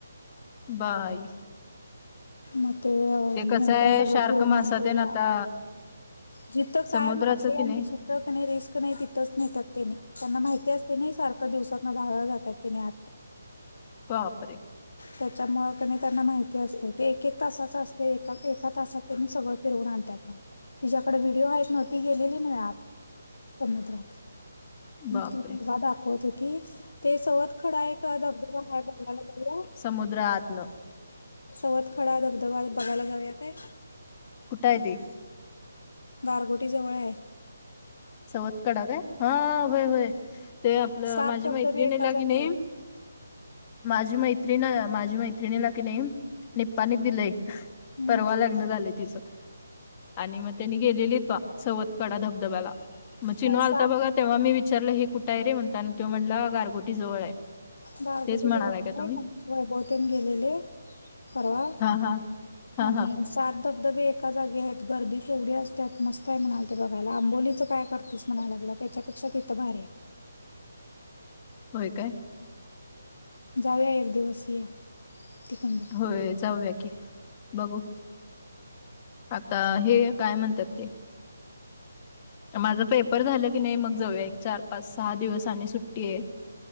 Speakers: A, on the left; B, on the left.
A: बाय
B: मग ते म्हणजे
A: कसं आहे
B: सगळ्याच
A: शार्क
B: योगण
A: मासा
B: आणत
A: तेन
B: या
A: आता
B: जिथं
A: समुद्राचं
B: काय मासे
A: की
B: आणि
A: नाही
B: ज ट्रक नाही रिस्क नाही तिथंच नेतात त्याने त्यांना माहिती असते नाही सारखं दिवसातना धावळ जातात त्याने आत्.
A: बापरे
B: त्याच्यामुं क त्यांना माहिती असते. ते एक एक तासाच असते एका एका तासात त्यां म सगळं फिरवून आणतात मला तिच्या्याकडे व्हिडिओ आहेत नव्हती गेलेली नाहीळत समुद्रात
A: बापरे
B: ती सजव दाखवत होती ते सोबत खडा एक धबधबा आहे बघायला जाला.
A: समुद्रातलं.
B: चवतखडा धबधबाद बघायला जाऊया काय?
A: कुठा आहे ते
B: गारगोटी जवळ आहे.
A: चवत कडा काय हा होय होय. ते आपलं
B: सात
A: माझी
B: धबधबे
A: मैत्रिणी
B: एका
A: ला
B: जागी
A: की नाही.
B: आहेत.
A: माझी मैत्रिण माझ्या मैत्रिणीला की नाही नेपाळला दिलय.
B: हम्म
A: परवा लग्न झालय तिच. आणि मग त्यानी गेलेलीत बा सवत कडा धबधब्याला मग चिनु
B: होय
A: आलता
B: सात
A: बघा तेव्हा मी विचार. त्याला हे कुठ आहे रे म्हणताना तो म्हटला गारगोटी जवळ आहे.
B: गारगोटी
A: तेच म्हणालाय
B: जवळ
A: का
B: आले
A: तुम्ही
B: आणि वैभव ते गेलेले परवा
A: हा हा हा
B: आणि
A: हा
B: सात धबधबे एका जागे आहेत गर्दी तेवढी असतात मस्त आहे म्हणाल ते बघायला आंबोलीचं काय करतेस म्हणायला लागलं. त्याच्यापेक्षा तिथं भार आहे
A: होय काय?
B: जाऊया एक दिवस या तिकडनं
A: होय जाऊया की बघू. आता हे काय म्हणतात ते माझा पेपर झालं की नाही मग जाऊया एक चार पाच सहा दिवस आणि सुट्टी आहे.